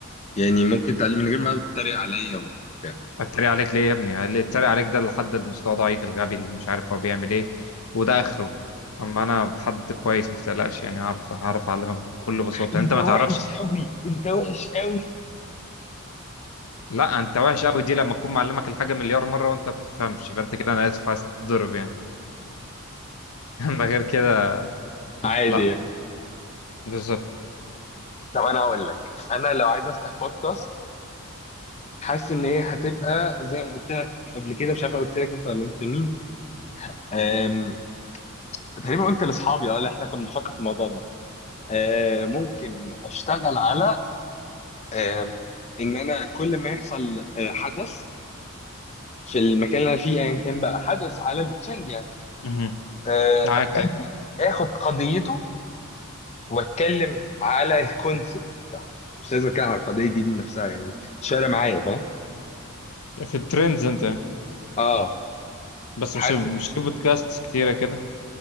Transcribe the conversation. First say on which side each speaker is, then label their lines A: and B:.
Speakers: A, on the left; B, on the left.
A: يعني ممكن تعلمني من غير ما تتريق عليا وبتاع
B: اتريق عليك ليه يا ابني اللي اتريق عليك ده اللي حد المستوى ضعيف الغبي اللي مش عارف هو بيعمل ايه وده اخره اما انا حد كويس ما تقلقش يعني هعرف هعرف اعلمك بكل بساطه
A: انت
B: انت ما
A: وحش
B: تعرفش
A: قوي انت وحش قوي
B: لا انت وحش قوي دي لما اكون معلمك الحاجه مليار مره وانت ما بتفهمش يبقى انت كده انا اسف عايز تضرب يعني <laughs> اما غير كده
A: عادي
B: لا بالظبط
A: طب انا هقول لك انا لو عايز افتح بودكاست حاسس ان هي هتبقى زي ما قلت لك قبل كده مش عارف قلت لك انت ولا قلت مين أم... تقريبا قلت لاصحابي اه اللي احنا كنا بنفكر في الموضوع ده أه ممكن اشتغل على أم... ان انا كل ما يحصل أه، حدث في المكان اللي انا فيه ايا كان بقى حدث عالمي ترند يعني
B: مهم.
A: أه،
B: معاك
A: ابتدي
B: أيوة.
A: اخد قضيته واتكلم على الكونسبت بتاعه مش لازم اتكلم على القضيه دي بنفسها يعني مش فارقه معايا فاهم
B: في الترندز انت
A: اه
B: بس
A: حاسس
B: مش مش في بودكاست كتيره كده